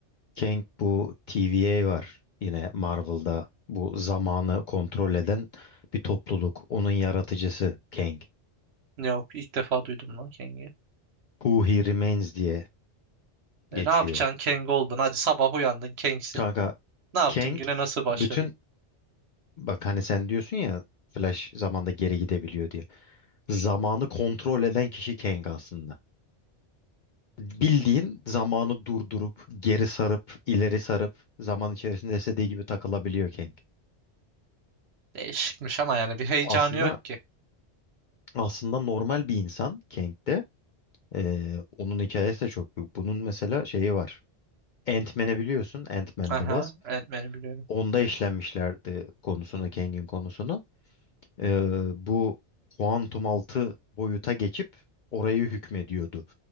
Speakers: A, on the left (about 60°); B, on the right (about 65°).
A: Kang bu TVA var yine Marvel'da bu zamanı kontrol eden bir topluluk. Onun yaratıcısı Kang.
B: Yok ilk defa duydum lan Kang'i.
A: Who He Remains diye geçiyor.
B: E, ne yapacaksın Kang oldun hadi sabah uyandın Kang'sin.
A: Kanka
B: Ne yaptın
A: Kang
B: güne nasıl başladın?
A: bütün bak hani sen diyorsun ya Flash zamanda geri gidebiliyor diye. Zamanı kontrol eden kişi Kang aslında. Bildiğin zamanı durdurup geri sarıp ileri sarıp zaman içerisinde istediği gibi takılabiliyor Kang.
B: Değişikmiş ama yani bir heyecanı
A: Aslında
B: yok ki.
A: aslında normal bir insan Kang de. Ee, onun hikayesi de çok büyük. Bunun mesela şeyi var. Ant-Man'i biliyorsun. Ant-Man
B: Aha,
A: The Wasp.
B: Ant-Man'i biliyorum.
A: Onda işlenmişlerdi konusunu, Kang'in konusunu. Ee, bu kuantum altı boyuta geçip orayı hükmediyordu